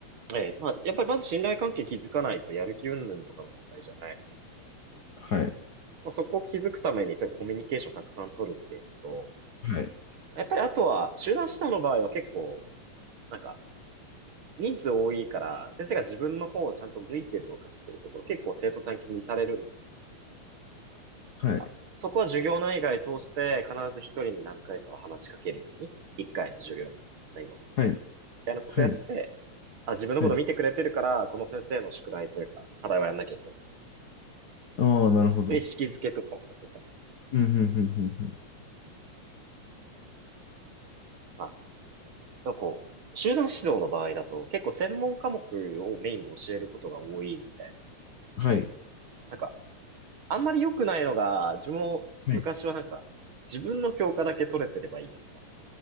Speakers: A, on the right; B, on the left.
A: ええ、まあ、やっぱりまず信頼関係築かないとやる気云々とかの問題じゃない。
B: い。
A: まあ、そこを築くために、とにかくコミュニケーションをたくさん取るっていうのと、
B: はい。
A: やっぱりあとは、集団指導の場合は結構、なんか、人数多いから、先生が自分の方をちゃんと向いてるのかっていうところ、結構生徒さん気にされるの
B: はい。
A: か。そこは授業内外通して必ず一人に何回かは話しかけるように、一回の授業の前後のところで、
B: はい。はい。
A: みたいなことやって、
B: はい。
A: あ、自分のこと見てくれてるから、
B: はい。
A: この先生の宿題というか、課題はやんなきゃいけない。
B: ああ、なるほど。
A: そういう意識づけとかをさせたりと
B: うん、うん、うん、うん。うん
A: か、なんかこう、集団指導の場合だと、結構専門科目をメインで教えることが多いので、
B: はい。
A: なんかあんまり良くないのが、自分も昔はなんか、
B: はい。
A: 自分の教科だけ取れてればいいや、みたいなっ